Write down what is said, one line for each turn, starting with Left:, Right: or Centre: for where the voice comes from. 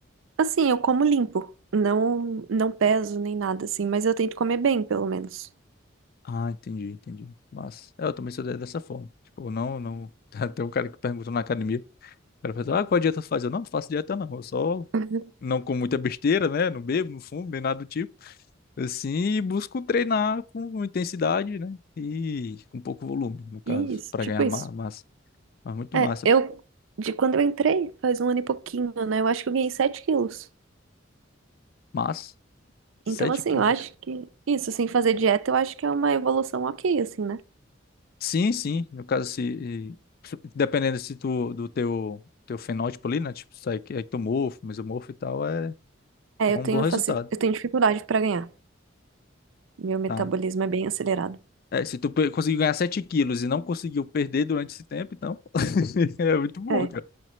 Right: Assim, eu como limpo. Não, não peso nem nada, assim, mas eu tento comer bem, pelo menos.
Left: Ah, entendi, entendi. Mas, é, eu também sou de- dessa forma. Tipo, não, não. <laughs> Tem um cara que perguntou na academia. O cara falou, ah, qual dieta tu faz? Eu não, não faço dieta, não. Eu só
Right: <laughs>
Left: não como muita besteira, né? Não bebo, não fumo, nem nada do tipo. Assim, e busco treinar com intensidade, né? E com pouco volume, no caso,
Right: Isso,
Left: para
Right: tipo
Left: ganhar
Right: isso.
Left: ma- massa. Mas muito
Right: É,
Left: massa.
Right: eu, de quando eu entrei, faz um ano e pouquinho, né? Eu acho que eu ganhei 7 quilos.
Left: Mas, 7
Right: Então, assim,
Left: quilos.
Right: eu acho que isso, sem fazer dieta, eu acho que é uma evolução ok, assim, né?
Left: Sim, sim. No caso, se. se- Dependendo se tu, do teu, teu fenótipo ali, né? Tipo, sai que é ectomorfo, mesomorfo e tal, é.
Right: É,
Left: É
Right: eu
Left: um
Right: tenho,
Left: bom resultado,
Right: faci... eu tenho dificuldade pra ganhar. Meu metabolismo
Left: tá?
Right: é bem acelerado.
Left: É, se tu pe- conseguiu ganhar 7 quilos e não conseguiu perder durante esse tempo, então <laughs> é muito bom,
Right: É,
Left: cara.